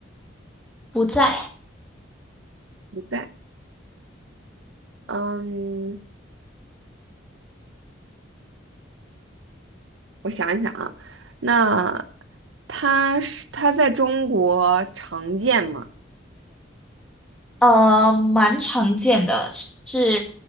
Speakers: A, in the centre; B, on the right (about 80°).
A: 不在。
B: 不在。嗯，我想一想啊，那它是它在中国常见吗？
A: 呃，蛮常见的，是